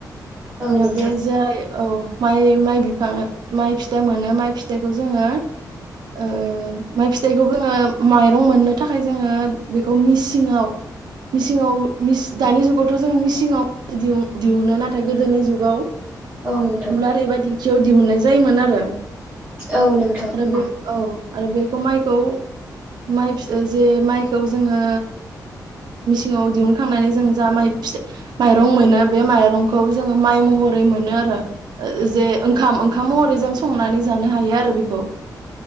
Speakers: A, on the right; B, on the right.
A: औ
B: आरो
A: नोंथां
B: बे जाय औ माइ- माइ बिफां ओ माइ फिथाइ मोनो माइ फिथाइखौ जोङो ओ माइ फिथाइखौ जोङो माइरं मोननो थाखाय जोङो बेखौ मिसिंङाव मिसिंङाव मिस दानि जुगावथ जों मिसिङाव दिहुनो नाथाय गोदोनि जुगाव
A: औ नोंथां
B: उलार एबा दिंख याव दिहुननाय जायोमोन आरो।
A: औ नोंथां
B: आरो
A: उम।
B: बे औ आरो बेखौ माइखौ माइ फि जे माइखौ जोङो मिसिङाव दिहुनखांनानै जों जा माइ फिथ माइरं मोनो बे माइरंखौ जोङो माइ महरै मोनो आरो ओ जे ओंखाम ओं खाम महरै जों संनानै जानो हायो आरो बेखौ।